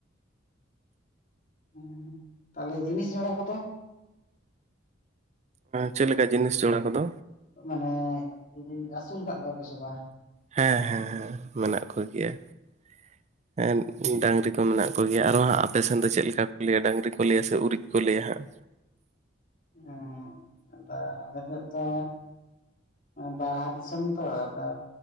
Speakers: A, on the left; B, on the right.
A: <unintelligible> ᱛᱟᱦᱚᱞᱮ ᱡᱤᱱᱤᱥ ᱡᱚᱲᱟ ᱠᱚᱫᱚ?
B: ᱪᱮᱫ ᱞᱮᱠᱟ ᱡᱤᱱᱤᱥ ᱡᱚᱲᱟ ᱠᱚᱫᱚ?
A: ᱢᱟᱱᱮ <unintelligible> ᱟᱹᱥᱩᱞ ᱠᱟᱜ ᱠᱚᱣᱟ ᱯᱮᱥᱮ ᱵᱟᱝ?
B: ᱦᱮᱸ ᱦᱮᱸ ᱦᱮᱸᱼ ᱢᱮᱱᱟᱜ ᱠᱚᱜᱮᱭᱟ ᱾ ᱮᱱ ᱰᱟᱹᱟᱝᱨᱤ ᱠᱚ ᱢᱮᱱᱟᱜ ᱠᱚᱜᱮᱭᱟ ᱾ ᱟᱨᱚ ᱦᱟᱸᱜ ᱟᱯᱮ ᱥᱮᱱ ᱫᱚ ᱪᱮᱫ ᱞᱮᱠᱟ ᱠᱚ ᱞᱟᱹᱭᱟ᱾ ᱰᱟᱹᱟᱝᱨᱤ ᱠᱚ ᱞᱟᱹᱭᱟ ᱥᱮ ᱩᱨᱤᱡ ᱠᱚ ᱞᱟᱹᱭᱟ ᱦᱟᱸᱜᱼᱼ
A: <unintelligible> ᱟᱫᱚ ᱟᱞᱮᱥᱮᱫ ᱫᱚ ᱵᱟᱲᱦᱟ ᱫᱤᱥᱚᱢ ᱛᱚ, ᱟᱫᱚ